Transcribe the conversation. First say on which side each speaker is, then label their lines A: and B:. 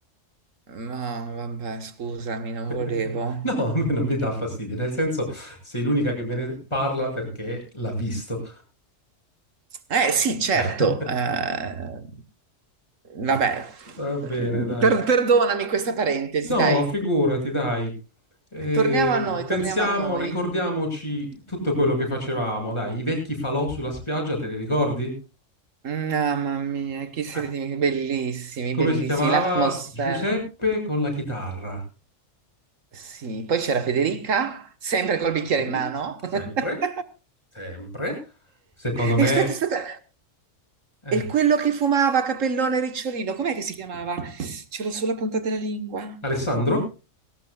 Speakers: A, on the right; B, on the left.
A: No, vabbè, scusami, non
B: <laughs>
A: volevo.
B: No, a me non mi dà fastidio, nel senso sei l'unica che me ne parla perché l'ha visto.
A: Eh sì, certo.
B: <laughs>
A: eh, vabbè,
B: Va bene,
A: Per-
B: dai.
A: perdonami questa parentesi,
B: No,
A: dai.
B: figurati, dai. Eh,
A: Torniamo a noi,
B: pensiamo,
A: torniamo a noi.
B: ricordiamoci tutto quello che facevamo, dai, i vecchi falò sulla spiaggia, te li ricordi?
A: Mamma mia, chi siete
B: Eh,
A: div- bellissimi,
B: come
A: bellissimi.
B: si chiamava?
A: L'atmosfera.
B: Giuseppe con la chitarra.
A: Sì, poi c'era Federica, sempre col bicchiere
B: Sì,
A: in mano.
B: sempre,
A: <laughs>
B: sempre. Secondo me,
A: E aspetta, aspetta.
B: eh,
A: E quello che fumava, capellone ricciolino, com'è che si chiamava? Ce l'ho sulla punta della lingua.
B: Alessandro?